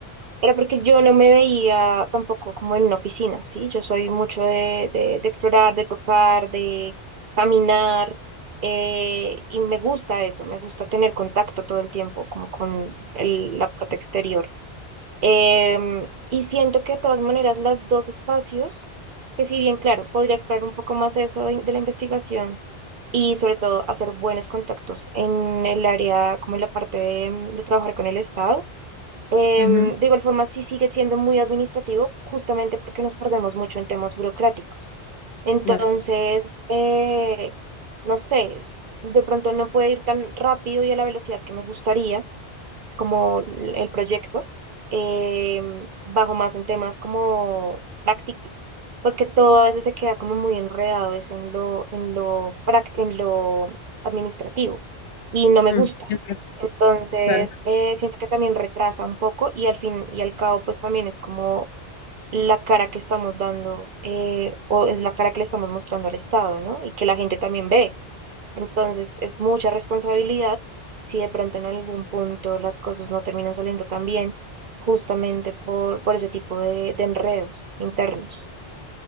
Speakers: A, on the right; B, on the left.
A: era porque yo no me veía tampoco como en una oficina, ¿sí? Yo soy mucho de, de- de explorar, de tocar, de caminar, eh, y me gusta eso, me gusta tener contacto todo el tiempo, como con el- la parte exterior. Em, y siento que de todas maneras las dos espacios, que si bien, claro, podría explorar un poco más eso de, de la investigación y sobre todo hacer buenos contactos en el área, como en la parte de de trabajar con el Estado Em,
B: Ujú,
A: de igual forma, sí sigue siendo muy administrativo, justamente porque nos perdemos mucho en temas burocráticos. Entonces,
B: claro.
A: eh, no sé, de pronto no puede ir tan rápido y a la velocidad que me gustaría, como el proyecto, eh, bajo más en temas como prácticos, porque todo a veces se queda como muy enredado, es en lo, en lo, prac- en lo administrativo y no me
B: Ujú,
A: gusta.
B: entiendo,
A: Entonces,
B: claro.
A: eh, siento que también retrasa un poco y al fin y al cabo, pues también es como la cara que estamos dando eh, o es la cara que le estamos mostrando al Estado, ¿no? Y que la gente también ve. Entonces es mucha responsabilidad si de pronto en algún punto las cosas no terminan saliendo tan bien, justamente por, por ese tipo de, de enredos internos.